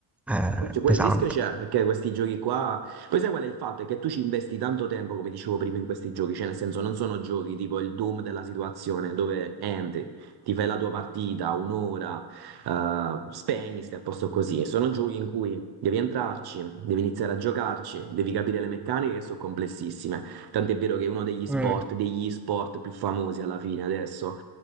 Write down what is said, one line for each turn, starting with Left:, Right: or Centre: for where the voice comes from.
Centre: Eh,
Right: Cioè, quel
Centre: pesante.
Right: rischio c'è perché questi giochi qua. Poi sai qual è il fatto? È che tu ci investi tanto tempo, come dicevo prima, in questi giochi. Cioè, nel senso, non sono giochi tipo il Doom della situazione dove entri, ti fai la tua partita, un'ora, eh, spegni, stai a posto così. Sono giochi in cui devi entrarci, devi iniziare a giocarci, devi capire le meccaniche che sono complessissime. Tant'è vero che è uno degli sport,
Centre: Mm.
Right: degli sport più famosi alla fine adesso.